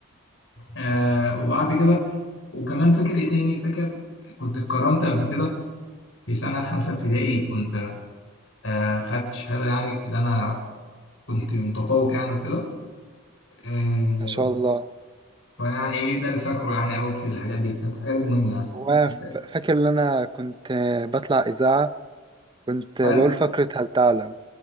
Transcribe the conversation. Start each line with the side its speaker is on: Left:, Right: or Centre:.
Left: آه، وبعد كده وكمان فاكر ايه تاني فاكر كنت اتكرمت قبل كده في سنة خمسة ابتدائي كنت آه، خدت شهادة يعني اللي أنا كنت متفوق يعني وكده آه،
Right: ما شاء الله
Left: فيعني إيه ده اللي فاكره يعني أوي في الحاجات دي كانت الحاجات المهمة يعني
Right: وأنا
Left: أنت
Right: ف- فاكر إن أنا كنت آه، بطلع إذاعة كنت بقول
Left: هل
Right: فقرة هل تعلم